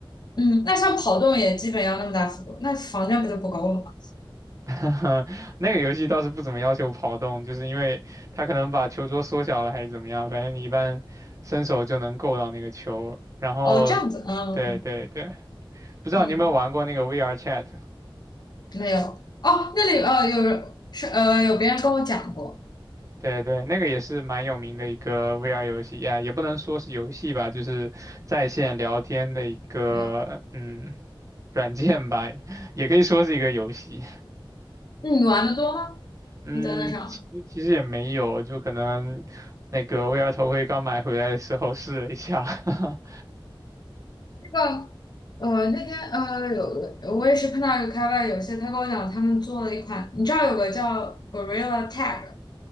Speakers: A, on the left (about 50°); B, on the right (about 35°).
A: 嗯，那像跑动也基本要那么大幅度，那房间不就不够了吗？
B: <laughs> 嗯，那个游戏倒是不怎么要求跑动，就是因为它可能把球桌缩小了还是怎么样，反正你一般伸手就能够到那个球。然后，
A: 哦，这样子，嗯
B: 对对对，不知道你有没有玩过那个
A: 嗯，
B: VR Chat？
A: 没有。哦，那里呃有人是呃有别人跟我讲过，
B: 对对，那个也是蛮有名的一个 VR 游戏呀，也不能说是游戏吧，就是在线聊天的一个嗯
A: 没有。
B: 软件吧，也可以说是一个游戏。
A: 那你玩的多吗？
B: 嗯，
A: 你在那上？
B: 其实其实也没有，就可能那个 VR 头盔刚买回来的时候试了一下。<laughs>
A: 那个呃那天呃有我也是碰到一个开发游戏，他跟我讲他们做了一款，你知道有个叫 Gorilla Tag。